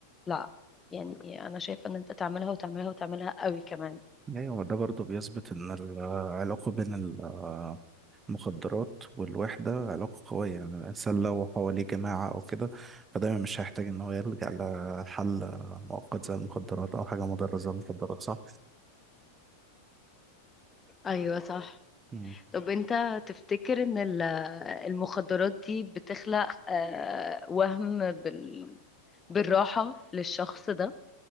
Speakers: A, on the left (about 20°); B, on the right (about 20°).
A: لا يعني انا شايفة ان انت تعملها وتعملها وتعملها قوي كمان
B: ايوه ده برضو بيثبت ان العلاقة بين ال- آه، المخدرات والوحدة علاقة قوية يعني الانسان لو حواليه جماعة او كده فدايما مش هيحتاج ان هو يلجأ لحل مؤقت زي المخدرات او حاجة مضرة زي المخدرات صح؟
A: ايوه صح
B: أمم.
A: طب انت تفتكر ان ال- المخدرات دي بتخلق آه، وهم بال... بالراحة للشخص ده